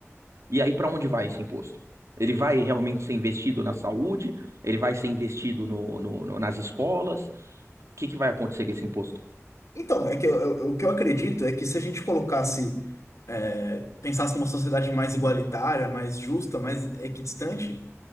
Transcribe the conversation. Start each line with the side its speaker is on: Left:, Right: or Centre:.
Right: E aí para onde vai esse imposto? Ele vai realmente ser investido na saúde? Ele vai ser investido no, no- no- nas escolas? O que que vai acontecer com esse imposto?
Left: Então, é que eu- eu- o que eu acredito é que se a gente colocasse, é, pensasse numa sociedade mais igualitária, mais justa, mais equidistante,